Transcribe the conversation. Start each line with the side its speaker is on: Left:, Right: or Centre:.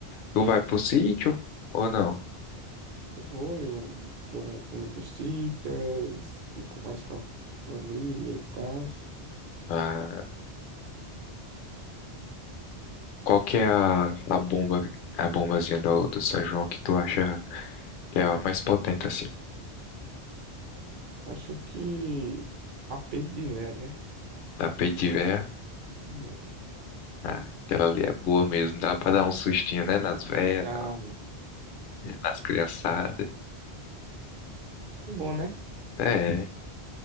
Left: Tu vai pro sítio ou não?
Right: Vou, eu como comidas típicas, fico mais com a família e tal.
Left: Ah, qual que é a, a bomba, a bombazinha do, do São João que tu acha que é a mais potente, assim?
Right: Acho que apetite de ver, né?
Left: Da peito de véia?
Right: Né,
Left: Ah, aquela ali é boa mesmo. Dá pra dar um sustinho, né? Nas velhas,
Right: Dá...
Left: nas criançadas.
Right: É bom, né?
Left: É,